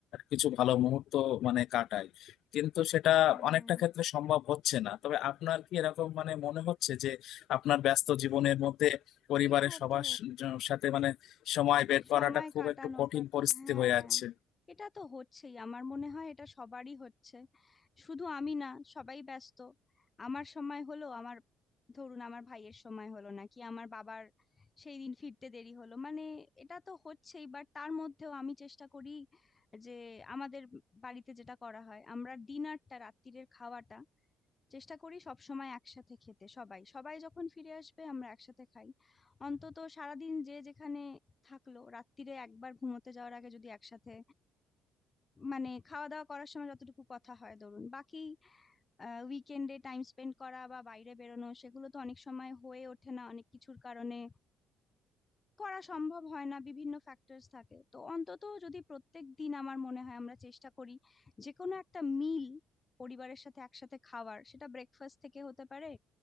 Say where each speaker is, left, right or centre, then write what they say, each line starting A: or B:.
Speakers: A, on the left; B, on the left.
A: কিছু ভালো মুহূর্ত মানে কাটাই কিন্তু সেটা
B: হ্যাঁ
A: অনেকটা ক্ষেত্রে সম্ভব হচ্ছে না তবে আপনার কি এরকম মানে মনে হচ্ছে যে আপনার ব্যস্ত জীবনের মধ্যে পরিবারের
B: এটা
A: সবার
B: তো
A: স- সাথে মানে সময় বের
B: সময়
A: করাটা খুব
B: কাটানোটা
A: একটু কঠিন
B: তো
A: পরিস্থিতি
B: হ্যাঁ
A: হয়ে যাচ্ছে
B: এটা তো হচ্ছেই আমার মনে হয় এটা সবারই হচ্ছে শুধু আমি না সবাই ব্যস্ত আমার সময় হলো আমার ধরুন আমার ভাইয়ের সময় হলো না কি আমার বাবার সেই দিন ফিরতে দেরি হলো মানে এটা তো হচ্ছেই বাট তার মধ্যেও আমি চেষ্টা করি যে আমাদের বাড়িতে যেটা করা হয় আমরা ডিনারটা রাত্তিরের খাওয়াটা চেষ্টা করি সব সময় একসাথে খেতে সবাই সবাই যখন ফিরে আসবে আমরা একসাথে খাই অন্তত সারাদিন যে যেখানে থাকলো রাত্তিরে একবার ঘুমোতে যাওয়ার আগে যদি একসাথে মানে খাওয়া দাওয়া করার সময় যতটুকু কথা হয় ধরুন বাকি উইকেন্ডে টাইম স্পেন্ড করা বা বাইরে বেরোনো সেগুলো তো অনেক সময় হয়ে ওঠে না অনেক কিছুর কারণে করা সম্ভব হয় না বিভিন্ন ফ্যাক্টরস থাকে তো অন্তত যদি প্রত্যেক দিন আমার মনে হয় আমরা চেষ্টা করি যে কোনো একটা মিল পরিবারের সাথে একসাথে খাওয়ার সেটা ব্রেকফাস্ট থেকে হতে পারে